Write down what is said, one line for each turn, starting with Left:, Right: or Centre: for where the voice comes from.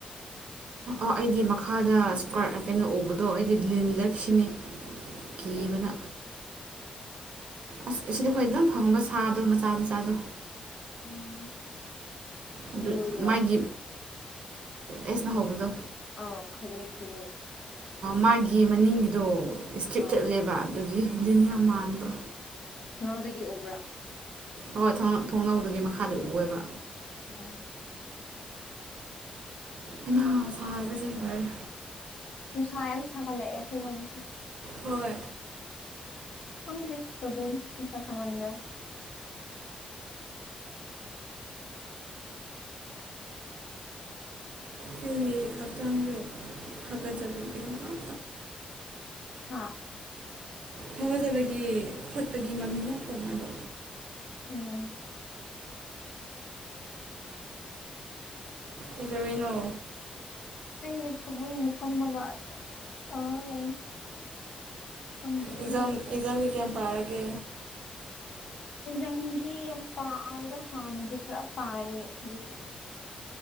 Right: ꯑ ꯑꯩꯗꯤ ꯃꯈꯥꯗ ꯏꯁꯀ ꯀꯩꯅꯣ ꯎꯕꯗꯣ ꯑꯩꯗꯤ ꯂꯤꯟꯂ ꯁꯤꯅꯤ ꯀꯤꯕꯅ
Left: ꯀꯩꯕꯨꯅꯣ
Right: ꯑꯁ ꯑꯁꯤꯗ ꯑꯩꯈꯣꯏ ꯑꯗꯨꯝ ꯐꯪꯕ ꯁꯥꯗꯣ ꯃꯆꯥ ꯃꯆꯥꯗꯣ
Left: ꯎꯝ
Right: ꯑꯗꯨ
Left: ꯈꯩꯔꯣꯏꯗꯨꯔꯣ
Right: ꯃꯥꯒꯤ ꯑꯦꯁꯅ ꯍꯧꯕꯗꯣ
Left: ꯑꯣ ꯈꯔꯣꯏ ꯈꯔꯣꯏ
Right: ꯃꯥꯒꯤ ꯃꯅꯤꯡꯒꯤꯗꯣ ꯏꯁꯇ꯭ꯔꯤꯞ
Left: ꯑꯥ
Right: ꯆꯠꯂꯦꯕ ꯑꯗꯨꯒꯤ ꯂꯤꯟ ꯌꯥꯝ ꯃꯥꯟꯕ
Left: ꯊꯣꯡꯅꯧꯗꯒꯤ ꯎꯕ꯭ꯔꯥ
Right: ꯍꯣꯏ ꯍ ꯊꯣꯡꯅꯧꯗꯒꯤ ꯃꯈꯥꯗ ꯎꯑꯦꯕ
Left: ꯑꯣ
Right: ꯍꯩꯃꯥ
Left: ꯍꯥ
Right: ꯁꯥꯕꯁꯦ ꯂꯣꯏꯔꯦ
Left: ꯅꯨꯡꯁꯥ ꯌꯥꯝ ꯁꯥꯒꯠꯂꯛꯑꯦ ꯑꯩꯈꯣꯏꯔꯣꯝꯁꯦ
Right: ꯍꯣꯏ
Left: ꯐꯪꯗ꯭ꯔꯦ ꯇꯗꯣꯏꯅꯤ ꯄꯩꯁꯥ ꯁꯃꯥꯟꯗ
Right: ꯁꯤ ꯍꯐꯇꯟꯣ ꯍꯒꯠ ꯖꯕꯅ
Left: ꯍꯥ
Right: ꯍꯒꯠꯖꯕꯒꯤ ꯈꯣꯠꯄꯒꯤ ꯃꯃꯤꯡ ꯉꯥꯛ ꯇꯧꯅꯕ
Left: ꯎꯝ
Right: ꯀꯩꯗꯧꯔꯤꯅꯣ
Left: ꯑꯩ ꯐꯃꯨꯡꯒ ꯐꯝꯃ ꯑꯗꯨꯝ ꯇꯧꯔꯒ ꯂꯩ ꯈꯪꯗꯦ ꯑꯗꯨꯝ
Right: ꯑꯦꯛꯖꯥꯝ
Left: ꯂꯩ
Right: ꯑꯦꯛꯖꯥꯝꯒꯤ ꯀꯌꯥꯝ ꯄꯥꯔꯒꯦ
Left: ꯑꯦꯛꯖꯥꯝꯒꯤ ꯌꯥꯝ ꯄꯥꯗꯦꯗ ꯍꯥꯟꯅꯗꯤ ꯈꯔ ꯄꯥꯏꯌꯦ ꯍꯧꯖꯤꯛꯇꯤ